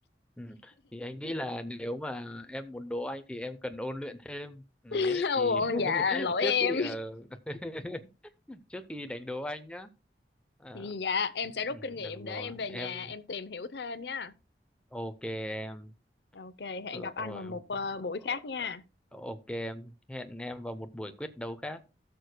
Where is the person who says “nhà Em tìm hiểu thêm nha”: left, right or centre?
Left